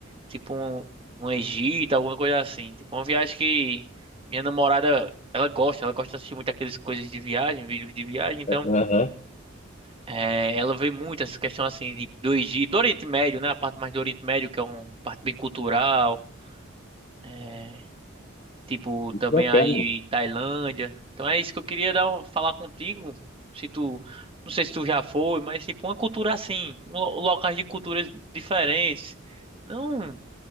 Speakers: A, on the right; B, on the left.
A: tipo um, um Egito, alguma coisa assim. Tipo, uma viagem que minha namorada, ela gosta, ela gosta de assistir muito aquelas coisas de viagem, vídeos de viagem, então,
B: Aham,
A: é, ela vê muito essa questão, assim, de, do Egito, do Oriente Médio, né? A parte mais do Oriente Médio, que é uma parte bem cultural. é, Tipo,
B: muito
A: também
B: bacana.
A: aí Tailândia. Então é isso que eu queria dar, um- falar contigo. Se tu, não sei se tu já foi, mas tipo uma cultura assim, lo- locais de culturas diferentes. Não,